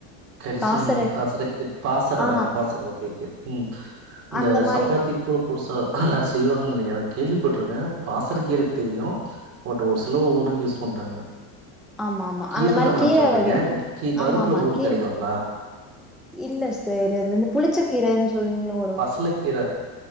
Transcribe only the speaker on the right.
கரிசுலாங்கண்ணி
காசுரைக்கு பாசற
பாசற ஓகே ஓகே ம் இந்த
சப்பாத்தி கு புதுசால்லா செய்வாங்கன்னு நெனைக்கிறே கேள்விப்பட்ருக்கே பாசரக்கீரக்கு தெரியு பட் ஒரு சில ஒவ்வொன்னுக்கு யூஸ் பண்றாங்க
கீரதா
மேம்
சொல்றீங்க
கீ பருப்புல
போட்டு
கடைவாங்ளா
பசல கீர